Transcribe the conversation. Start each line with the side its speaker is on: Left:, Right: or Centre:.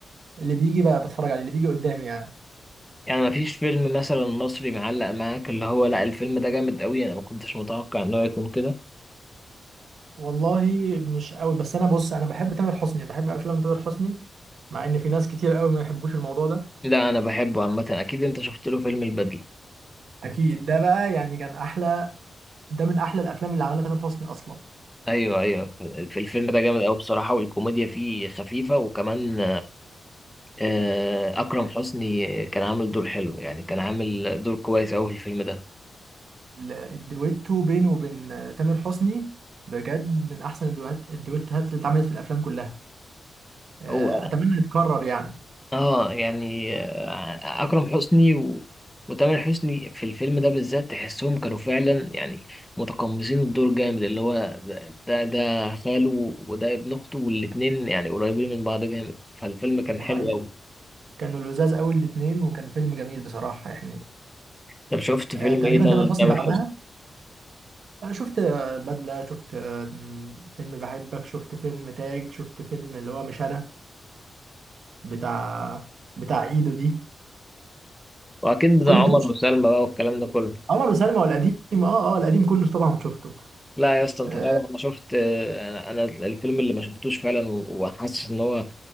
Right: اللي بيجي بقى بتفرج عليه اللي بيجي قدامي يعني
Centre: يعني مفيش فيلم مثلا مصري معلق معاك اللي هو لا الفيلم ده جامد قوي انا ما كنتش متوقع انه يكون كده
Right: والله مش قوي بس انا بص انا بحب تامر حسني بحب افلام تامر حسني مع ان في ناس كتير قوي ما يحبوش الموضوع ده
Centre: لا انا بحبه عامه اكيد انت شفت له فيلم البدله
Right: اكيد ده بقى يعني كان احلى ده من احلى الافلام اللي عملها تامر حسني اصلا
Centre: ايوه ايوه في الفيلم ده جامد قوي بصراحه والكوميديا فيه خفيفه وكمان آه، أكرم حسني كان عامل دور حلو يعني كان عامل دور كويس أوي في الفيلم ده
Right: والدويتو بينه وبين آه، تامر حسني بجد من احسن الدوهات الدويتوهات اللي اتعملت في الافلام كلها آه،
Centre: هو
Right: اتمنى يتكرر يعني
Centre: اه يعني آه، أكرم حسني و... وتامر حسني في الفيلم ده بالذات تحسهم كانوا فعلا يعني متقمصين الدور جامد اللي هو ده ده ده خاله وده ابن أخته والاتنين يعني قريبين من بعض جامد فالفيلم كان
Right: دي حقيقة
Centre: حلو أوي
Right: كانوا لذاذ قوي الاتنين وكان فيلم جميل بصراحة يعني
Centre: طب شفت فيلم
Right: آه، تقريبا
Centre: إيه تاني
Right: تامر حسني
Centre: لتامر
Right: بعدها
Centre: حسني؟
Right: آه، شفت آه، البدلة شفت آه، فيلم بحبك شفت فيلم تاج شفت فيلم اللي هو مش انا بتاع بتاع ايدو دي
Centre: وأكيد بتاع
Right: كل
Centre: عمر
Right: دول
Centre: وسلمى بقى والكلام ده كله
Right: عمر وسلمى والقديم اه اه القديم كله طبعا شفته
Centre: لا يا اسطى انت
Right: آه،
Centre: تعرف انا شفت انا انا الفيلم اللي ما شفتوش فعلا وحاسس ان هو